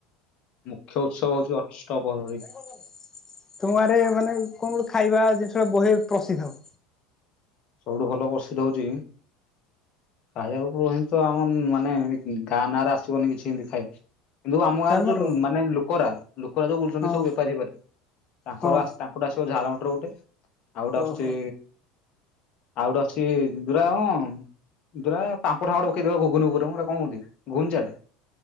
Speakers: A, on the left; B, on the left.
A: ମୁଖ୍ୟ ଉତ୍ସବ ହଉଛି ଅଷ୍ଟପରହରୀ
B: ନି ତୁମରେ ଗାଁ ରେ ମାନେ କଣ ଗୋ ଖାଇବା ଜିନିଷ ଗ ବହେ ପ୍ରସିଦ୍ଧ।
A: ସବୁଠୁ ଭଲ ପ୍ରସିଦ୍ଧ ହଉଛି। ଖାପୁର ଏତି ତ ଆମ ମାନେ ଗାଁ ନାଁରେ ଆସିବନି କିଛି ଏମିତି ଖା କିନ୍ତୁ ଆମ ଗାଁରେ
B: ଝାଲ ମଟର
A: ଯୋଉ ମାନେ ଲୋକରା ଲୋକରା ଯୋଉ ବୁଲୁଛନ୍ତି
B: ହଁ
A: ସବୁ ବେପାରୀ ହେଇପାରେ ତାଙ୍କର
B: ହଁ
A: ଆ ତାଙ୍କୁଠେ ଆସିବ ଝାଲ ମିଟର ଗୋଟେ ଆଉ ଗୋଟେ ଆସୁଛି
B: ଓହୋ
A: ଆଉ ଗୋଟେ ଅଛି ଦୁରା କଣ? ଦୁରା ପାମ୍ପାଡ ପକେଇଦବ ଘୁନୁ ଉପରେୁରା କଣ ଗୁଘୁନି ଚାଟ?